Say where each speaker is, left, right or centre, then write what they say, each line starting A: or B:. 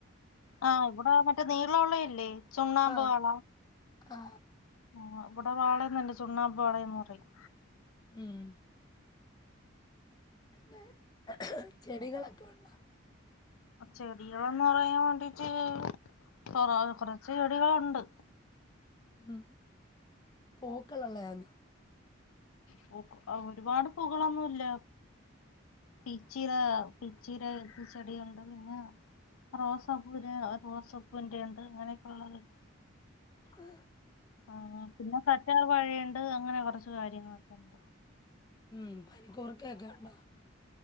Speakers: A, on the left; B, on the left.
A: ആഹ ഇവിടെ മറ്റേ നീളമുള്ളതല്ലേ ചുണ്ണാമ്പ്
B: ആ
A: വാള
B: ആ ആ.
A: ആ ഇവിടെ വാളയന്നു തന്നെ ചുണ്ണാമ്പ് വാളയെന്ന് പറയും
B: ഉം പിന്നെ ചെടികളൊക്കെ ഉണ്ടോ
A: ചെടികളന്ന് പറയാൻ വേണ്ടീട്ട് കൊറ കൊറച്ച് ചെടികളുണ്ട്
B: ഉം പൂക്കൾ ഉള്ളതാണാ
A: പു ഒരുപാട് പൂക്കളൊന്നുമില്ല പിച്ചിട പിച്ചിട ചെടികളുണ്ട് പിന്നെ റോസപ്പൂവിന് റോസപ്പൂവിന്റെറെ ഉണ്ട് അങ്ങനെയൊക്കെ ഉള്ളത് ഉണ്ട്
B: ആ
A: ആ പിന്നെ കറ്റാർ വാഴയുണ്ട് അങ്ങനെ കുറച്ച് കാര്യങ്ങളൊക്കെ ഉണ്ട്
B: ഉം പനി കൂർക്ക ഒക്കെണ്ടോ